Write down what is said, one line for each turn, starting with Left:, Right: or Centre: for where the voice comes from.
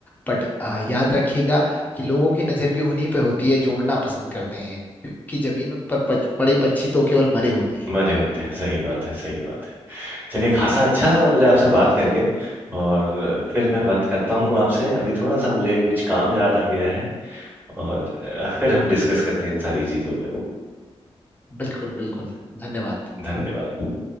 Left: बट आ, याद रखिएगा कि लोगों की नजर भी उन्हीं पे होती है जो उड़ना पसंद करते हैं क्योंकि जमीन पर पच- पड़े पंछी तो केवल मरे होते हैं
Right: मरे होते हैं सही बात है सही बात है चलिए खासा अच्छा लगा मुझे आपसे बात करके और फिर मैं बात करता हूँ आपसे अभी थोड़ा सा मुझे कुछ काम याद आ गया है और फिर हम डिस्कस करते हैं इन सारी चीज़ों पर
Left: बिल्कुल बिल्कुल धन्यवाद
Right: धन्यवाद